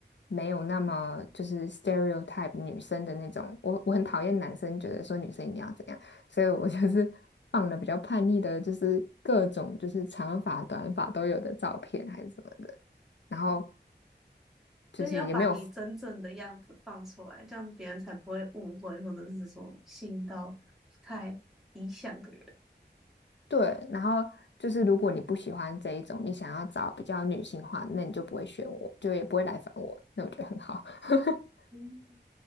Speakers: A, on the left (about 75°); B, in the centre.
A: 没有那么就是 stereotype 女生的那种，我我很讨厌男生觉得说女生一定要怎样，所以我就是放了比较叛逆的，就是各种就是长发短发都有的照片还是什么的，然后就是也没有
B: 就是要把你真正的样子放出来，这样别人才不会误会，或者是说信到不太理想的人。
A: 对，然后就是如果你不喜欢这一种，你想要找比较女性化的，那你就不会选我，就也不会来烦我，那我觉得很好。<laughs>
B: 嗯